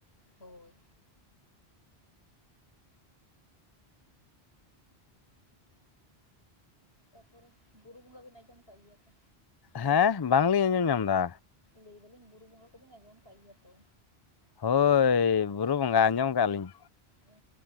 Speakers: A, on the left; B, on the left.
A: ᱦᱳᱭ ᱛᱟᱯᱚᱨᱮ ᱵᱩᱨᱩ ᱵᱚᱸᱜᱟ ᱵᱤᱱ ᱟᱡᱚᱢ ᱠᱟᱜ ᱜᱮᱭᱟ ᱛᱚ
B: ᱦᱮᱸᱦ ᱵᱟᱝᱞᱤᱧ ᱟᱸᱡᱚᱢ ᱧᱟᱢ ᱫᱟ
A: ᱞᱟᱹᱭ ᱫᱟᱞᱤᱧ ᱵᱩᱨᱩ ᱵᱚᱸᱜᱟ ᱠᱚᱵᱤᱱ ᱟᱡᱚᱢ ᱠᱟᱜ ᱜᱮᱭᱟ ᱛᱚ
B: ᱦᱳᱭ ᱵᱩᱨᱩ ᱵᱚᱸᱜᱟ ᱟᱸᱡᱚᱢ ᱠᱟᱜ-ᱟ ᱞᱤᱧ
A: ᱟ